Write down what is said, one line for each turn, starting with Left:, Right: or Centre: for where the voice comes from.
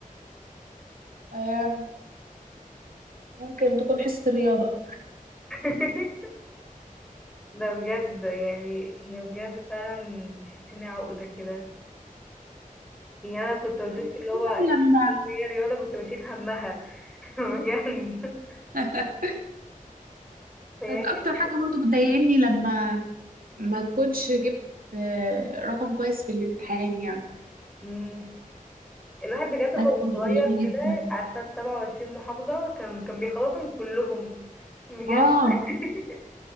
Right: آم، ممكن تكون حصة الرياضة
Centre: <laughs> ده بجد يعني هي بجد فعلا تحسي انها عقدة كده يعني انا كنت بشوف
Right: أو عموماً
Centre: اللي هو
Right: لما
Centre: اللي هي رياضة كنت بشيل همها <laughs> بجد
Right: <laughs>
Centre: فهي
Right: كانت أكتر
Centre: كانت
Right: حاجة برضه بتضايقني لما ما كنتش جبت آه، رقم كويس في الامتحان يعني
Centre: مم. الواحد بجد هو
Right: ده كان بيضايقني
Centre: صغير كده
Right: جدا
Centre: عارفة السبعة وعشرين محافظة كان كان بيخلصهم كلهم بجد
Right: اه
Centre: <laughs>